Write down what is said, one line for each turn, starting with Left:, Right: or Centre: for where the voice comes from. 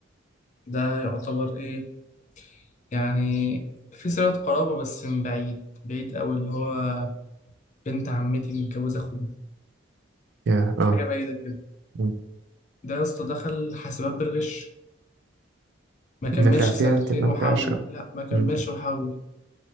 Left: ده يعتبر إيه يعني في صلة قرابة بس من بعيد بعيد أوي اللي هو بنت عمتي متجوزة أخوه
Right: يا اه
Left: حاجة بعيدة كده
Right: مم.
Left: ده يا اسطى دخل حاسبات بالغش ما كملش
Right: نفع فيها
Left: سنتين
Right: كده ما
Left: وحول
Right: نفعش
Left: لا ما كملش
Right: مم.
Left: وحول